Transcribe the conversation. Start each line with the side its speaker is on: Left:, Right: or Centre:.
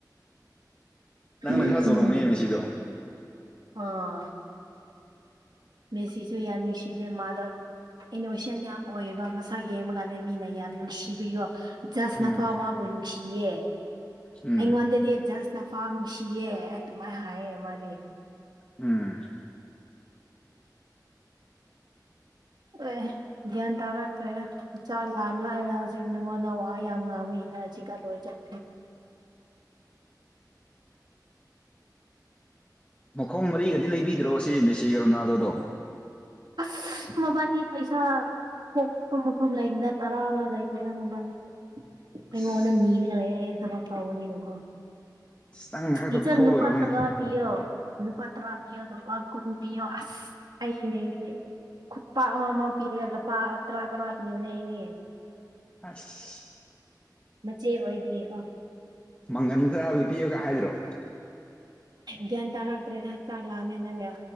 Left: ꯅꯪꯅ
Right: ꯎꯝ
Left: ꯈꯔ ꯆꯥꯎꯔꯝꯅꯤꯅꯦ ꯃꯦꯁꯤꯗꯣ
Right: ꯑꯣ ꯃꯦꯁꯤꯁꯨ ꯌꯥꯝ ꯅꯨꯡꯁꯤꯕꯅꯦ ꯃꯥꯙꯕ ꯏꯅꯣꯁꯦꯟ ꯌꯥꯝ ꯑꯣꯏꯌꯦꯕ ꯃꯁꯥ ꯌꯦꯡꯕ ꯀꯥꯟꯗ ꯃꯤꯅ ꯌꯥꯝ ꯅꯨꯡꯁꯤꯕꯤꯒꯣ ꯖꯥꯁꯅ
Left: ꯎꯝ
Right: ꯐꯥꯎ ꯃꯕꯨ ꯅꯨꯡꯁꯤꯌꯦ
Left: ꯎꯝ
Right: ꯑꯩꯉꫭꯟꯗꯒꯤ ꯖꯥꯁ ꯅꯐꯥꯎ ꯅꯨꯡꯁꯤꯌꯦ ꯍꯥꯏ ꯑꯗꯨꯃꯥꯏꯅ ꯍꯥꯏꯌꯦ ꯃꯥꯗꯤ
Left: ꯎꯝ
Right: ꯑꯦ ꯒ꯭ꯌꯥꯟ ꯇꯥꯔꯛꯇ꯭ꯔꯦꯗ ꯆꯥꯛ ꯂꯥꯝ ꯂꯥꯛꯑꯦꯗ ꯍꯧꯖꯤꯛ ꯅꯉꯣꯟꯗ ꯋꯥ ꯌꯥꯝ ꯉꯥꯡꯕꯩ ꯏꯅꯔꯖꯤꯀ ꯂꯣꯏ ꯆꯠ
Left: ꯃꯈꯣꯡ ꯃꯔꯤꯒꯗꯤ ꯂꯩꯕꯤꯗ꯭ꯔꯣ ꯁꯤ ꯃꯦꯁꯤꯒ ꯔꯣꯅꯥꯜꯗꯣꯗꯣ
Right: ꯑꯁ ꯃꯕꯥꯅꯤ ꯄꯩꯁꯥ ꯄꯣꯛꯄ ꯃꯐꯝ ꯂꯩꯅꯤꯗ ꯇꯔꯥꯔ ꯂꯩꯇꯔꯦ ꯃꯕꯥꯅꯤ
Left: ꯑꯁ
Right: ꯑꯩꯉꯣꯟꯗ ꯅꯤꯔꯒ ꯂꯩꯌꯦ ꯑꯩꯅ ꯊꯕꯛ ꯇꯧꯕꯅꯤꯅꯀꯣ
Left: ꯑꯁ ꯅꯪꯅ ꯈꯛꯇ
Right: ꯏꯆꯟ
Left: ꯐꯨꯊꯧ
Right: ꯅꯨꯄꯥ
Left: ꯂꯣꯏꯔꯕꯅꯤꯅꯦ
Right: ꯇꯔꯥ ꯄꯤꯌꯣ ꯂꯨꯄꯥ ꯇ꯭ꯔꯥ ꯄꯤꯌꯣ ꯅꯨꯄꯥ ꯀꯨꯟ ꯄꯤꯌꯣ ꯑꯁ ꯑꯩꯅꯦꯅꯦ ꯈꯨꯄꯥ ꯑꯃ -ꯑꯃ ꯄꯤꯔꯒ ꯂꯨꯄꯥ ꯇꯔꯥ- ꯇꯔꯥ ꯄꯤꯕꯅꯦ ꯑꯩꯗꯤ
Left: ꯑꯁ
Right: ꯃꯆꯦ ꯑꯣꯏꯕꯒꯤꯀꯣ
Left: ꯃꯪꯒꯟ ꯈꯔꯗꯤ ꯄꯤꯌꯨꯒ ꯍꯥꯏꯗ꯭ꯔꯣ
Right: ꯒꯌꯥꯟ ꯇꯥꯔꯛꯇ꯭ꯔꯦꯗ ꯆꯥꯛ ꯂꯝꯃꯦ ꯅꯪꯒ